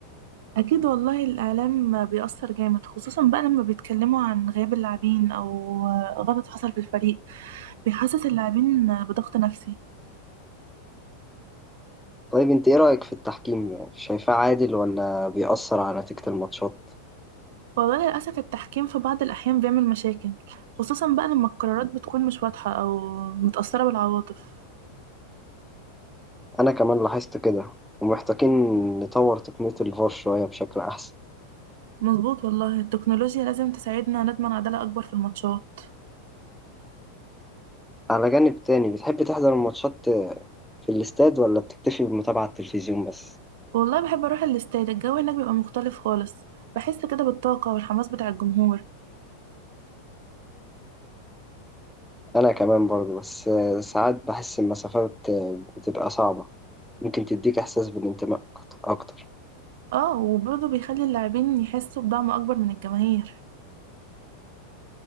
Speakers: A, on the right (about 65°); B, in the centre.
A: أكيد والله الإعلام آه، بيأثر جامد خصوصا بقى لما بيتكلموا عن غياب اللاعبين أو آه، غلط حصل في الفريق بيحسس اللاعبين آه، بضغط نفسي
B: طيب انت ايه رأيك في التحكيم شايفاه عادل ولا بيأثر على نتيجة الماتشات
A: والله للأسف التحكيم في بعض الأحيان بيعمل مشاكل خصوصا بقى لما القرارات بتكون مش واضحة أو متأثرة بالعواطف
B: انا كمان لاحظت كده ومحتاجين نطور تقنية الفار شوية بشكل احسن
A: مظبوط والله التكنولوجيا لازم تساعدنا نضمن عدالة أكبر في الماتشات
B: على جانب تاني بتحب تحضر الماتشات في الاستاد ولا بتكتفي بمتابعة على التلفزيون بس
A: والله بحب أروح الاستاد الجو هناك بيبقى مختلف خالص بحس كده بالطاقة والحماس بتاع الجمهور
B: انا كمان برضو بس ساعات بحس المسافات بتبقى صعبة ممكن تديك احساس بالانتماء اكتر
A: اه وبرضه بيخلي اللاعبين يحسوا بدعم أكبر من الجماهير